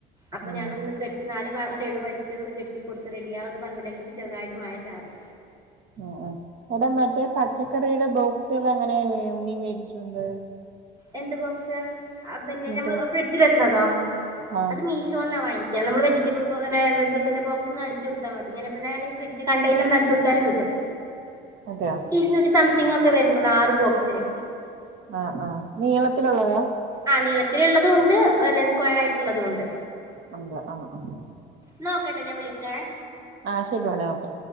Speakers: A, on the right; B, on the right.
A: അപ്പൊ
B: ഉം
A: ഞാനൊന്ന് കെട്ടി നാല് ഭാ സൈഡ് വലിച്ചൊന്ന് കെട്ടി കൊടുത്ത് റെഡിയാ പന്തലാക്കിട്ട് ചെറുതായിട്ട് മഴ ചാറി
B: ആഹ് ആഹ് എടാ മറ്റേ പച്ചക്കറിയുടെ ബോക്സുകൾ എങ്ങനെ നീ മേടിച്ചോണ്ട്.
A: എന്ത് ബോക്സ് പിന്നെ
B: മറ്റേ
A: നമ്മൾ ഫ്രിഡ്ജിൽ വെക്കണതോ?
B: ആഹ്
A: അത് മീഷോന്നാ വാങ്ങി അത് നമ്മൾ വെജിറ്റബിൾ പിന്നെ വെജിറ്റബിൾ ബോക്സ് അടിച്ചൊടുത്താ മതി ഇങ്ങനെ ഫ്രിഡ്ജ് കണ്ടെയനർന്ന് അടിച്ചൊട്ത്താലും കിട്ടും.
B: അതെയോ
A: ഇരുന്നൂറ്റി സംതിങ് ഒക്കെ വരുന്നുള്ളൂ ആറ് ബോക്സിന്.
B: ആഹ് ആഹ് നീളത്തിലുള്ളതാ?
A: ആ നീളത്തിലുള്ളതും ഉണ്ട് പിന്നെ സ്ക്വയർ ആയിട്ടുള്ളതും ഉണ്ട്.
B: ഉണ്ട് ആഹ് ആഹ്
A: ന്നാ ഒക്കെട്ടോ ഞാൻ വിളിക്കാ.
B: ആഹ് ശരി <unintelligible> ഓക്കെ.